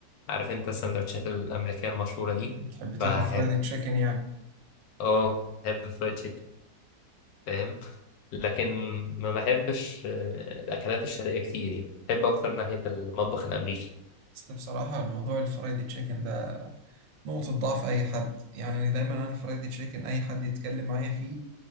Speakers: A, on the left; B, on the right.
A: عارف أنت السندوتشات الأمريكية المشهورة دي
B: بتحب تاكل
A: بحب
B: فرايدي تشيكن يعني
A: أه بحب الفرايد تشيكن فاهم لكن ما بحبش آه، الأكلات الشرقية كتير يعني بحب أكتر ناحية المطبخ الأمريكي
B: بس بصراحة الموضوع الفرايدي تشيكن ده نقطة ضعف أي حد يعني أنا دايما أنا الفرايدي تشيكن أي حد يتكلم معايا فيه